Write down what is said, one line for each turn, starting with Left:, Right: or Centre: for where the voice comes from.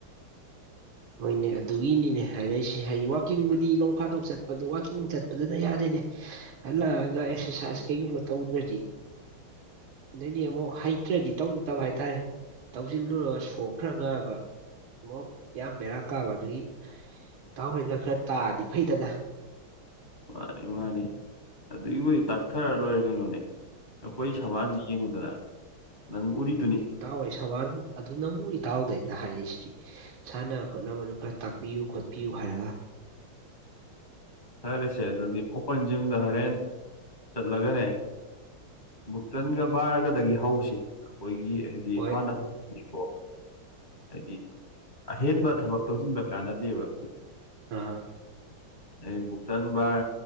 Right: ꯍꯣꯏꯅꯦ ꯑꯗꯨꯒꯤꯅꯤꯅꯦ ꯍꯥꯏꯔꯛꯏꯁꯦ ꯍꯩ ꯋꯥꯛ ꯀꯤꯡꯕꯗꯤ ꯅꯣꯡ ꯐꯥꯗꯣꯛ ꯆꯠꯄꯗꯨ ꯋꯥꯛꯀꯤꯡ ꯆꯠꯄꯗꯨꯅ ꯌꯥꯗꯦꯅꯦ ꯍꯥꯜꯂꯛꯑꯒ ꯑꯦꯛꯁꯔꯁꯥꯏꯁ ꯀꯩꯒꯨꯝꯕ ꯇꯧꯗ꯭ꯔꯗꯤ ꯑꯗꯩꯗꯤ ꯑꯃꯨꯛ ꯍꯩꯇ꯭ꯔꯗꯤ ꯇꯧꯅꯤꯡ ꯇꯕ ꯍꯥꯏꯇꯥꯔꯦ ꯇꯧꯁꯤꯜꯂꯨꯔꯒ ꯁꯣꯛꯈ꯭ꯔꯒꯕ ꯃꯨꯛ ꯌꯥꯝ ꯕꯦꯔꯥ ꯀꯥꯕ ꯑꯗꯨꯒꯤ ꯏꯇꯥꯎꯍꯣꯏꯅ ꯈꯔ ꯇꯥꯛꯑꯗꯤ ꯐꯩꯗꯅ
Left: ꯃꯥꯅꯤ ꯃꯥꯅꯤ ꯑꯗꯨꯒꯤꯕꯨꯗꯤ ꯇꯥꯛꯊꯔ ꯂꯣꯏꯔꯦ ꯀꯩꯅꯣꯅꯦ ꯑꯩꯈꯣꯏ
Right: ꯎꯝ
Left: ꯁꯕꯥꯟꯁꯤ ꯌꯦꯡꯉꯨꯗꯅ ꯅꯪ ꯎꯔꯤꯗꯨꯅꯤ
Right: ꯍꯣꯏꯅꯦ ꯏꯇꯥꯎ ꯍ‌ꯣꯏ ꯁꯕꯥꯟ ꯑꯗꯨꯅꯕꯨ ꯏꯇꯥꯎꯗ ꯑꯩꯅ ꯍꯥꯏꯔꯛꯏꯁꯤꯗꯤ ꯁꯥꯟꯅ ꯈꯣꯠꯅꯕꯗꯨ ꯈꯔ ꯇꯥꯛꯄꯤꯌꯨ ꯈꯣꯠꯄꯤꯌꯨ ꯍꯥꯏꯔꯒ
Left: ꯐꯔ‌ꯦꯁꯦ ꯑꯗꯨꯗꯤ ꯑꯣꯄꯟ ꯖꯤꯝꯗ ꯍꯣꯔꯦꯟ ꯆꯠꯂꯒꯅꯦ ꯃꯨꯛꯇꯟꯒ ꯕꯥꯔꯒꯗꯒꯤ ꯍꯧꯁꯤ ꯑꯩꯈꯣꯏꯒꯤ ꯍꯥꯏꯗꯤ
Right: ꯍꯣꯏ
Left: ꯍꯥꯟꯅ ꯍꯧ <unintelligible> ꯅꯤꯀꯣ ꯍꯥꯏꯗꯤ ꯑꯍꯦꯟꯕ ꯊꯕꯛ ꯇꯧꯁꯤꯟꯕ ꯀꯥꯟꯅꯗꯦꯕ
Right: ꯑꯥ
Left: ꯑꯩ ꯕꯨꯨꯛꯇꯪ ꯕꯥꯔ